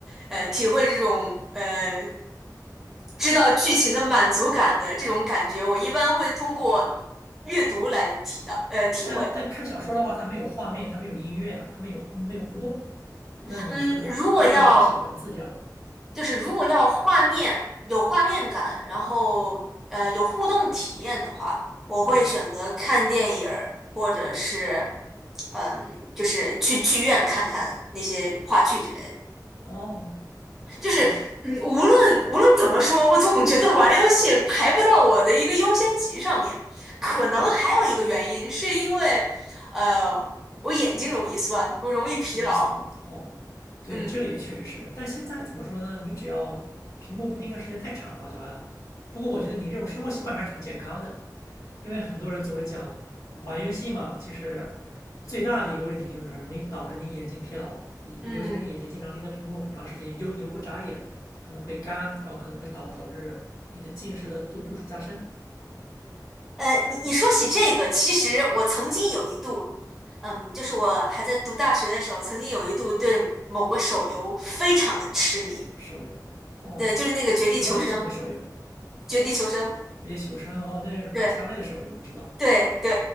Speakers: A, in the centre; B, on the left.
A: 呃体会这种呃知道剧情的满足感的这种感觉，我一般会通过阅读来提到呃体会。
B: 但但看小说的话，它没有画面，它没有音乐啊，它没有没有互动，那你是不是还是说你只写文字这样的？
A: 嗯，如果要就是如果要画面有画面感，然后呃有互动体验的话，我会选择看电影儿，
B: 嗯，
A: 或者是嗯，就是去剧院看看那些话剧之类的。
B: 哦，行，
A: 就是嗯，
B: 我
A: 无论无论怎么说，我总觉得玩游戏排不到我的一个优先级上面。可能还有一个原因是因为呃我眼睛容易酸，
B: 哦，
A: 我容易疲劳。
B: 容易酸哦，对，
A: 嗯
B: 这个也确实是，但现在怎么说呢？你只要屏幕不盯着时间太长嘛，就还好。不过我觉得你这种生活习惯还是挺健康的，因为很多人总是讲玩游戏嘛，其实最大的一个问题就是很容易导致你眼睛疲劳，尤尤其是你眼睛经常盯着屏幕很长时间，
A: 嗯。
B: 又你又不眨眼，可能会干，然后可能会导导致你的近视的度度数加深。
A: 呃，你你说起这个，其实我曾经有一度，嗯，就是我还在读大学的时候，曾经有一度对某个手游非常的痴迷。
B: 手游哦，
A: 对，就是那个《绝地求生》，
B: 什么类型的手游？
A: 《绝地求生》
B: 绝地求生哦，那是打枪类的手游，
A: 对。
B: 我知道，
A: 对对对